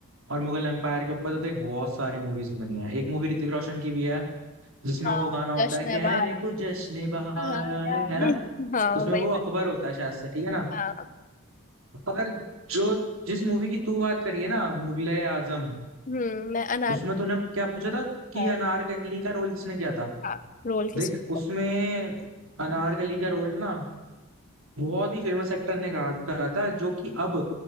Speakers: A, on the right; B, on the left.
A: और मुगल एम्पायर के ऊपर तो देख बहुत सारी मूवीज बनी है एक मूवी ऋतिक रोशन की भी है जिसमें
B: हाँ
A: वो गाना होता
B: जश्न
A: है कहने
B: है बहारा
A: को जश्न बहारा
B: हाँ
A: है है ना
B: हाँ
A: उसमें
B: वही
A: वो
B: बात
A: अकबर होता है शायद से ठीक है ना
B: हाँ
A: पर जो जिस मूवी की तू बात करी है ना मुगले आजम
B: हम्म मैं अनारकली
A: उसमें तूने क्या पूछा था कि
B: है
A: अनारकली का रोल किसने किया था
B: हाँ रोल किस
A: देख
B: पे
A: उसमें अनारकली का रोल ना बहुत ही फेमस एक्टर ने कहा करा था जो कि अब